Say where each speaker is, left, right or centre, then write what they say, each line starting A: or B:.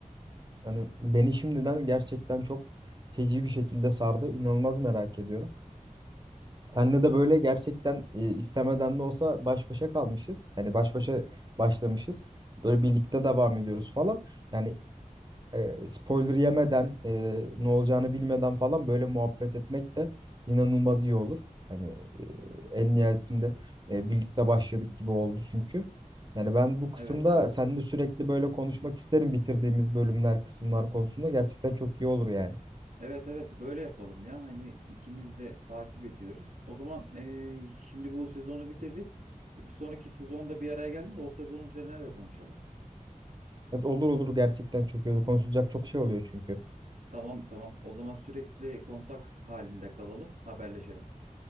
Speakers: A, on the right; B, on the right.
A: Yani beni şimdiden gerçekten çok feci bir şekilde sardı. İnanılmaz merak ediyorum. Seninle de böyle gerçekten e, istemeden de olsa baş başa kalmışız. Yani baş başa başlamışız. Böyle birlikte devam ediyoruz falan. Yani e, spoiler yemeden e, ne olacağını bilmeden falan böyle muhabbet etmek de inanılmaz iyi olur. Hani e, en nihayetinde e, birlikte başladık gibi oldu çünkü. Yani ben bu kısımda
B: Evet evet.
A: seninle sürekli böyle konuşmak isterim bitirdiğimiz bölümler, kısımlar konusunda gerçekten çok iyi olur yani.
B: Evet evet böyle yapalım ya. Hani ikimiz de takip ediyoruz. O zaman eee, şimdi bu sezonu bitirdik. E, Bir sonraki sezonda bir araya geldim de o sezon üzerine de konuşalım.
A: Evet, olur olur gerçekten çok iyi olur. Konuşulacak çok şey oluyor çünkü.
B: Tamam tamam. O zaman sürekli kontak halinde kalalım. Haberleşelim.